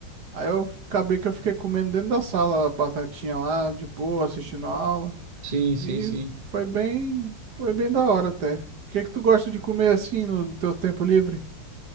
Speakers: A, on the right; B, on the right.
A: Aí eu acabei que eu fiquei comendo dentro da sala a batatinha lá, de boa, assistindo a aula.
B: Sim, sim,
A: E
B: sim.
A: foi bem, foi bem da hora até. O que que tu gosta de comer assim no teu tempo livre?